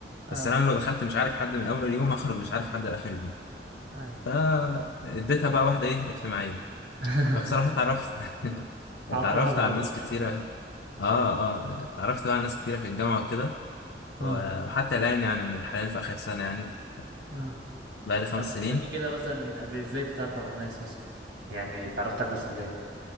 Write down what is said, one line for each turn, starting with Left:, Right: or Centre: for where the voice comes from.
Right: آه
Left: بس انا لو دخلت مش عارف حد من اول يوم هخرج مش عارف حد لاخر يوم
Right: أيوة
Left: فاديتها بقى واحدة ايه اجتماعية
Right: <laughs>
Left: فبصراحة
Right: أيوة.
Left: اتعرفت <laughs> اتعرفت
Right: أعطاها النظر
Left: على ناس كتيرة اه اه اتعرفت بقى على ناس كتيرة في الجامعة وكده
Right: آه
Left: وحتى الآن يعني أنا حاليا في آخر سنة يعني ف-
Right: آه
Left: بعد خمس
Right: طب ما
Left: سنين
Right: تقولي كده مثلا ب- إزاي بتتعرف على الناس مثلا يعني اتعرفت على الناس إزاي